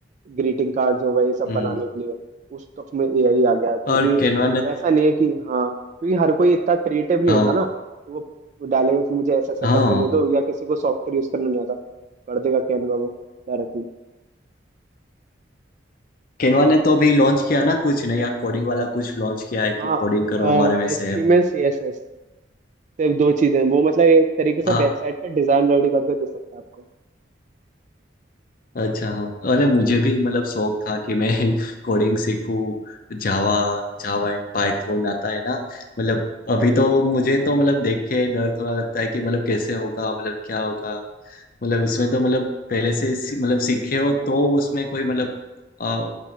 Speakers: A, on the right; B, on the left.
A: ग्रीटिंग कार्ड्स हो गए ये सब
B: हम्म
A: बनाने के लिए उस तक में एआई आ गया क्योंकि
B: और केनवा ने तो
A: ऐसा नहीं है कि हाँ क्योंकि हर कोई इतना क्रिएटिव नहीं
B: हाँ
A: होता ना तो वो वो डालेगा कि मुझे ऐसा ऐसा
B: हाँ
A: करके दे दो या किसी को सॉफ्टवेयर यूज करना नहीं आता कर देगा कैनवा वो डायरेक्टली
B: केनवा ने तो अभी लॉन्च किया ना कुछ नया कोडिंग वाला कुछ लॉन्च किया है कि
A: हाँ
B: कोडिंग करो हमारे में
A: एच
B: से
A: टी में सी एस एस सिर्फ दो चीजें वो मतलब एक तरीके से
B: हाँ
A: वेबसाइट का डिजाइन रेडी करके दे सकता है आपको
B: अच्छा हाँ अरे मुझे भी मतलब शौक था कि मैं <laughs> कोडिंग सीखूं जावा जावा एंड पाइथन आता है ना मतलब अभी
A: हम्म।
B: तो मुझे तो मतलब देख के डर थोड़ा लगता है कि मतलब कैसे होगा मतलब क्या होगा मतलब उसमें तो मतलब पहले से सी- मतलब सीखे हो तो उसमें कोई मतलब अ,